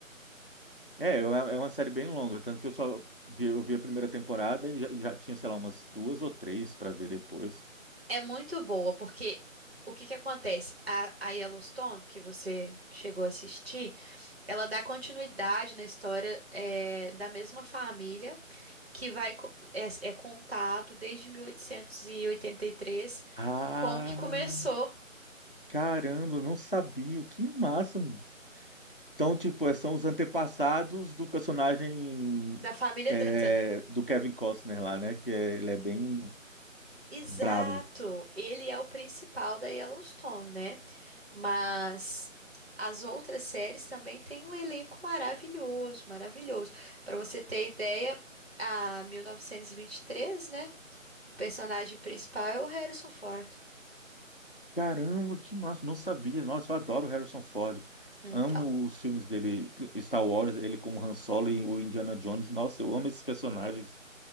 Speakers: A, on the left (about 40°); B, on the right (about 50°).
A: É, eu- é é uma série bem longa, tanto que eu só vi, eu vi a primeira temporada e já, e já tinha, sei lá, umas duas ou três para ver depois.
B: É muito boa, porque o que que acontece? A, a Yellowstone, que você chegou a assistir, ela dá continuidade na história eh, da mesma família que vai co- é, é contado desde mil oitocentos e e oitenta e três
A: Ah,
B: como que começou
A: caramba, eu não sabia. Que massa. mano. Então, tipo, é- são os antepassados do personagem
B: da família
A: é,
B: Dutton.
A: do Kevin Costner lá, né? Que é- ele é bem
B: Exato,
A: brabo.
B: ele é o principal da Yellowstone, né? Mas as outras séries também têm um elenco maravilhoso, maravilhoso. Para você ter ideia, a 1923, né? O personagem principal é o Harrison Ford.
A: Caramba, que massa. Não sabia. Nossa, eu adoro o Harrison Ford.
B: Então,
A: Amo os filmes dele, Star Wars, ele como Han Solo e o Indiana Jones. Nossa, eu amo esses personagens.